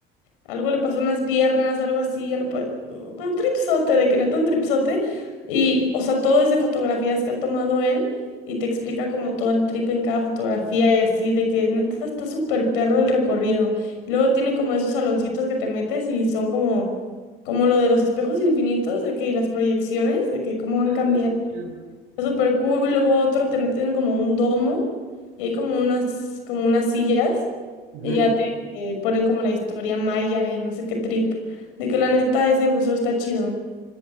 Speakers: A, on the left; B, on the right.
A: Algo le pasó en las piernas, algo así, ya no puede. Un tripsote, de que neta un tripsote. Y, o sea, todo es de fotografías que ha tomado él y te explica como todo el trip en cada fotografía y así, de que neta está súper perro el recorrido. Y luego tiene como esos saloncitos que te metes y son como, como lo de los espejos infinitos, de que y las proyecciones, de que cómo han
B: Ah,
A: cambiado.
B: chido.
A: Está súper cool. Luego otro te meten como un domo y hay como unas, como unas sillas
B: Ujú.
A: y ya te eh, ponen como la historia maya y no sé qué trip. De que la neta ese museo está chido.